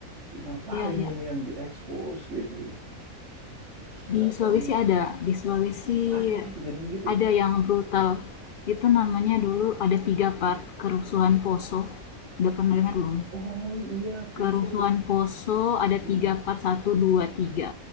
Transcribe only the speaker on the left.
iya iya.
Di Sulawesi
ada, di Sulawesi
ada yang brutal. Itu namanya dulu ada tiga part, kerusuhan Poso. Udah pernah dengar belum?
Kerusuhan
Poso ada
tiga part, satu, dua, tiga.